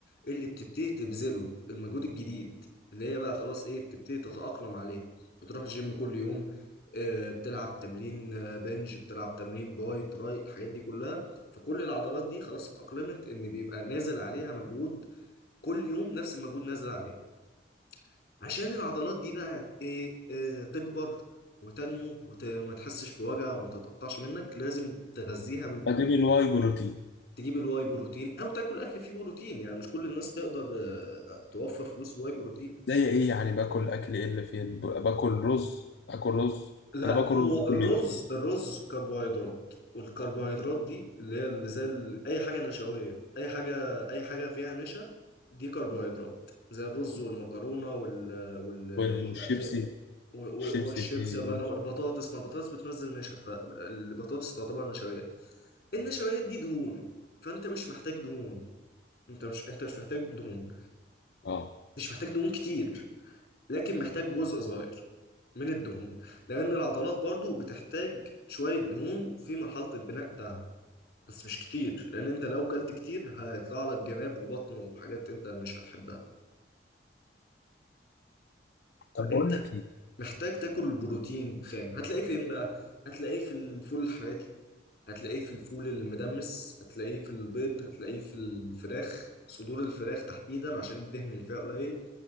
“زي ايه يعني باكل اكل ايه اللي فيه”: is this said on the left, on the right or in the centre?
Left